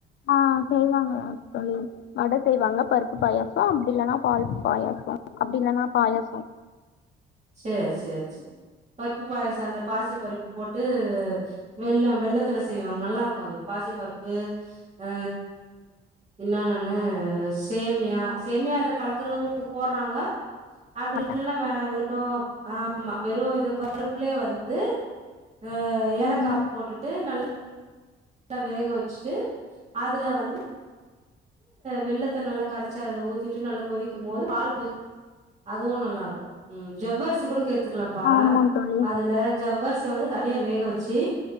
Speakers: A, on the left; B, on the right.
A: ஆஹ் செய்வாங்க தோழி வட செய்வாங்க பருப்பு பாயாசோ அப்படி இல்லைனா பால் பாயாசோ அப்படி இல்லனா பாயாசோ
B: சரி சரி சரி பருப்பு பாயசம் அந்த பாசி பருப்பு போட்டு வெள்ளம் வெள்ள ளத்த செய்வாங்க நல்லா இருக்கும் அது பாசி பருப்பு ஆ ம்ம் ன்னனு சேமியா சேமியா அதுல கலக்குறவங்க போடற ஆப்சன் அப்படில்லாம்
A: மாட்டாங்க
B: வேணாம் வெறும் ஆஹ் ஆமா வெறும் இத பருப் ள்ளயே வந்து எ ஏலக்கா
A: ம்
B: போட்டுட்டு நல் நல்ல வேக வச்சுட்டு அதுல வந்து வெல்லத்த நல்லா கரைச்சி அதுல ஊத்திட்டு நல்லா கொதிக்கும் போது பால் அதுவு நல்லாருக்கு ஜவ்வரிசி கூட வெச்சுக்லாம்ப்பா
A: ஆமா தோழி
B: அதுல ஜவ்வரிசிய வந்து தனியா வேக வெச்சு